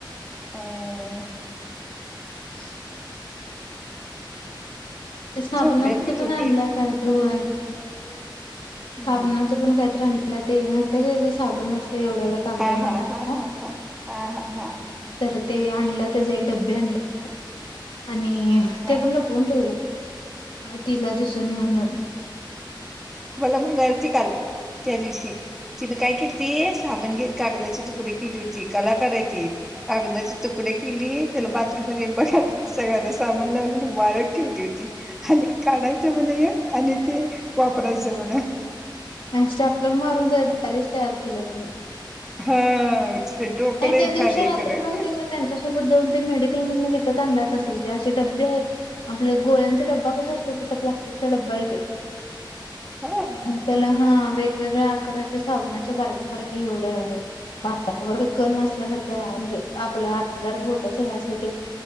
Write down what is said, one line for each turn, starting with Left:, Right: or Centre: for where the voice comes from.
Centre: काय
Left: <inaudible> ते साबणाच
Centre: झोपल्यात व्हय दोघी
Left: पण आणल्या काय तर होय.
Centre: हम्म
Left: साबणाचं पण कायतर आणलेला, ते नसतय का साबण असतय एवढा- एवढा कागदांना
Centre: हा, हा,
Left: बांधला.
Centre: हा, हा, हा, हा, हा, हा.
Left: तर ते आणला तेज एक डबे आणले आणि
Centre: हा
Left: ते लपऊन ठेवलीया, तिला दिसून नये म्हणून.
Centre: मला म्हणालती काल त्या दिवशी तिनं काय केलती, साबण घेऊन कागदाची तुकडी केली होती, कलाकार हाय ती. कागदाचे तुकडे केली, त्याला बाथरूम मध्ये भा सगळ्याना साबण लावलेली वाळत ठेवली होती. आणि काढायचं म्हण एक आणि ते वापरायचं म्हण.
Left: आणि स्टॅपलर मारून त्या डायरीज तयार केल्या ग.
Centre: हा, तीच डोक लई
Left: त्या
Centre: भारी
Left: दिवशी रात्री
Centre: हाय खर.
Left: पण
Centre: ह, ह.
Left: तिन त्यांच्यासोबत जाऊन ते मेडिकल मधून विकत आणल असेल ते असे डबे आहेत. आपलं गोळ्यांचा डबा कसा असतो तसा प्लास्टिकचा ड्बा हाय त्यो.
Centre: होय.
Left: त्याला हा वेगवेगळ्या आकाराच्या साबनाच्या बारकीे बारकी एवढं वरत कण नसल्यासारखं म्हणजे, आपलं आपल बोटाच अस ते